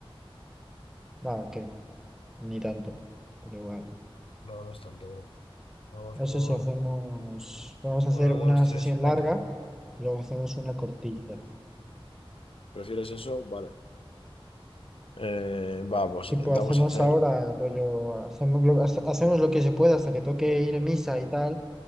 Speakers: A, in the centre; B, on the left (about 70°).
A: Ah, ok. Ni tanto, pero igual.
B: No, no es tanto, bro. Vamos
A: No
B: por
A: sé si hacemos, vamos a
B: uno
A: hacer una
B: dos tres
A: sesión
B: cuatro
A: larga, y luego hacemos una cortilla.
B: ¿Prefieres eso? Vale. Eh, va, pues
A: Tipo,
B: intentamos
A: hacemos
B: hacer
A: ahora, rollo, hacemos lo, hace- hacemos lo que se pueda hasta que toque ir a misa y tal,